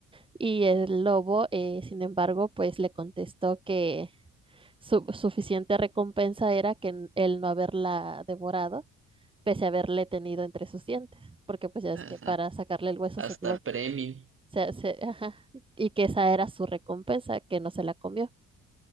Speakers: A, on the right; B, on the right.
A: Y el lobo, eh, sin embargo, pues le contestó que su suficiente recompensa era que n- el no haberla devorado, pese a haberle tenido entre sus dientes, porque pues ya
B: Ajá.
A: es que para sacarle el hueso
B: Hasta
A: se tuvo
B: premio.
A: que, se- se- ajá, y que esa era su recompensa, que no se la comió.